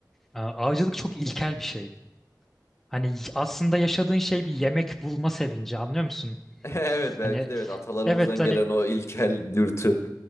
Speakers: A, in the centre; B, on the left.
A: Aa, Avcılık çok ilkel bir şey. Hani aslında yaşadığın şey bir yemek bulma sevinci anlıyor musun?
B: Evet belki
A: Hani
B: de evet atalarımızdan
A: evet hani
B: gelen o ilkel dürtü.